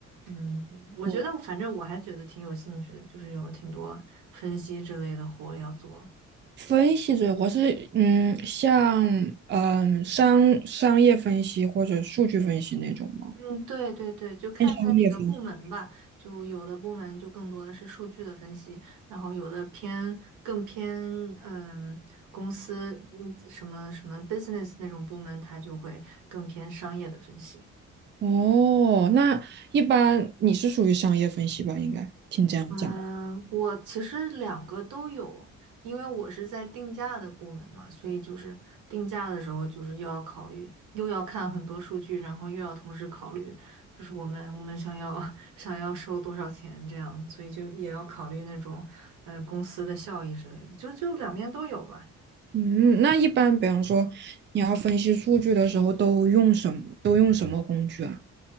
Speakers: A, on the right (about 90°); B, on the right (about 35°).
A: 嗯，我觉得反正我还觉得挺有兴趣的，
B: 哦，
A: 就是有挺多分析之类的活要做。
B: 分析者，我是嗯，像嗯商商业分析或者数据分析那种吗？
A: 嗯，对对对，就看在哪个部门吧，
B: 偏商业分析。
A: 就有的部门就更多的是数据的分析，然后有的偏更偏嗯公司嗯什么什么 business 那种部门，它就会更偏商业的分析。
B: 哦，那一般你是属于商业分析吧？应该听这样讲。
A: 嗯，我其实两个都有，因为我是在定价的部门嘛，所以就是定价的时候，就是又要考虑，又要看很多数据，然后又要同时考虑，就是我们我们想要 <laughs> 想要收多少钱这样，所以就也要考虑那种呃公司的效益之类的，就就两边都有吧。
B: 嗯，那一般比方说你要分析数据的时候，都用什么都用什么工具啊？